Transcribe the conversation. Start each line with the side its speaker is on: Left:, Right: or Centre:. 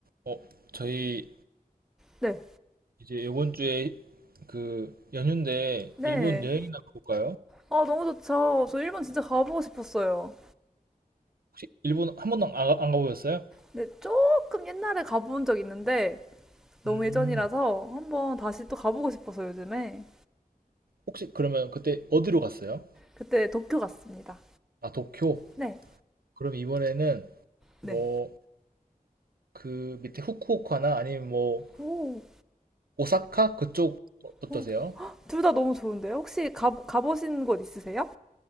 Right: 어, 저희
Centre: 네.
Right: 이제 이번 주에 그 연휴인데
Centre: 네.
Right: 일본 여행이나 가볼까요?
Centre: 아, 너무 좋죠. 저 일본 진짜 가보고 싶었어요.
Right: 혹시 일본 한 번도 안, 가- 안 가보셨어요?
Centre: 근데 조금 옛날에 가본 적 있는데 너무
Right: 음,
Centre: 예전이라서 한번 다시 또 가보고 싶어서 요즘에
Right: 혹시 그러면 그때 어디로 갔어요?
Centre: 그때 도쿄 갔습니다.
Right: 아, 도쿄.
Centre: 네.
Right: 그럼 이번에는
Centre: 네.
Right: 뭐 그 밑에 후쿠오카나 아니면 뭐
Centre: 오,
Right: 오사카 그쪽 어- 어떠세요?
Centre: 오. 둘 다 너무 좋은데요? 혹시 가, 가보신 곳 있으세요?